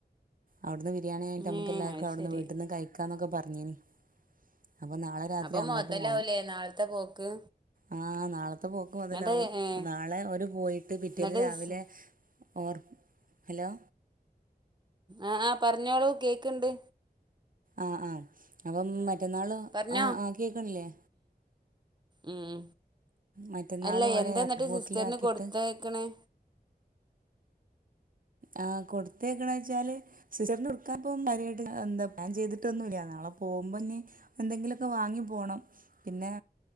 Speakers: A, on the right; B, on the right.
A: അവ്ട്ന്ന് ബിരിയാണി ആയിട്ട് നമുക്ക്
B: ഏഹ്
A: എല്ലാവർക്കും
B: അത്
A: അവിടുന്ന്
B: ശരി
A: വീട്ടിൽ നിന്ന് കയിക്കാന്നൊക്കെ പറഞ്ഞീനി. അപ്പം നാള രാത്രി
B: അപ്പം
A: അങ്ങോട്ട്
B: മൊതലാവൂലേ
A: പോണം.
B: നാളത്തെ പോക്ക്
A: ആ നാളെ പോക്ക് മൊതലാവും.
B: എന്നിട്ട് ഏഹ്
A: നാളെ ഓര് പോയിട്ട് പിറ്റേന്ന്
B: എന്നിട്ട്
A: രാവിലെ
B: സ്
A: ഓർ ഹലോ?
B: ആഹ് ആ പറഞ്ഞോളൂ കേക്കിണ്ട്.
A: ആ ആ അപ്പം മറ്റന്നാൾ
B: പറഞ്ഞോ
A: ആ ആ കേക്കണില്ലേ
B: ഉം.
A: മറ്റന്നാൾ
B: അല്ല
A: ഓരോ
B: എന്തെ
A: എയർപോർട്ടിലാക്കിയിട്ട്
B: എന്നിട്ട് സിസ്റ്ററിന് കൊടുത്തയ്ക്കണേ
A: ആ കൊടുത്തായക്നെ വെച്ചാൽ സിസ്റ്റർന് കൊടുക്കാൻപ്പം കാര്യായിട്ട് എന്താ പ്ലാൻ ചെയ്തിട്ടൊന്നുല്ല. അങ്ങനെ നാളെ പോവുമ്പം <unintelligible> എന്തെങ്കിലൊക്കെ വാങ്ങി പോണം. പിന്നെ